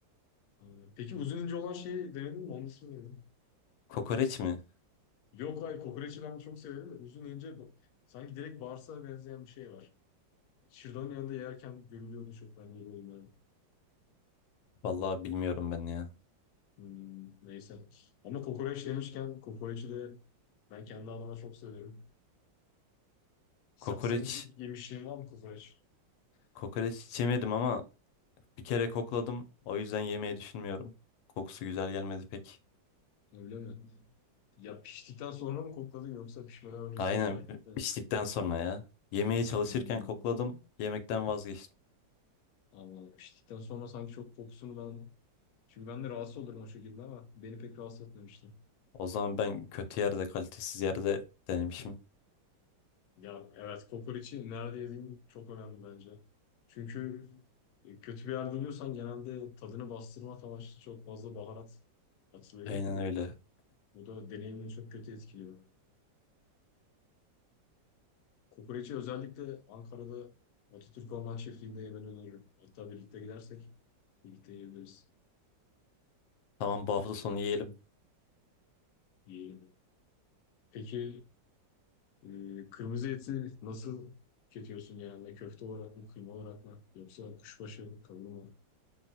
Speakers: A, on the left; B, on the left.
A: E, Peki uzun ince olan şeyi denedin mi? Onun ismi neydi?
B: Kokoreç mi?
A: Yok hayır kokoreçi ben çok severim de uzun ince bu- sanki direkt bağırsağa benzeyen bir şey var. Şırdanın yanında yerken görülüyordu çok ben görüyorum yani.
B: Vallahi bilmiyorum ben ya.
A: Hmm, neyse. Ama kokoreç demişken kokoreçi de ben kendi adıma çok severim. Sen,
B: Kokoreç
A: senin yemişliğin var mı kokoreç?
B: kokoreç hiç yemedim ama bir kere kokladım. O yüzden yemeyi düşünmüyorum. Kokusu güzel gelmedi pek.
A: Öyle mi? Ya piştikten sonra mı kokladın yoksa pişmeden öncesinde
B: Aynen
A: şahitlik mi?
B: piştikten sonra ya. Yemeye çalışırken
A: Hmm.
B: kokladım. Yemekten vazgeçtim.
A: Allah piştikten sonra sanki çok kokusunu ben çünkü ben de rahatsız olurum o şekilde ama beni pek rahatsız etmemişti.
B: O zaman ben kötü yerde, kalitesiz yerde denemişim.
A: Ya evet kokoreçi nerede yediğin çok önemli bence. Çünkü e, kötü bir yerde yiyorsan genelde tadını bastırmak amaçlı çok fazla baharat atılıyor.
B: Aynen öyle.
A: Bu da deneyimini çok kötü etkiliyor. Kokoreçi özellikle Ankara'da Atatürk Orman Çiftliği'nde yemeni öneririm. Hatta birlikte gidersek birlikte yiyebiliriz.
B: Tamam bu hafta sonu yiyelim.
A: Yiyelim. Peki e, kırmızı eti nasıl tüketiyorsun genelde? Köfte olarak mı, kıyma olarak mı? Yoksa kuşbaşı, kavurma mı?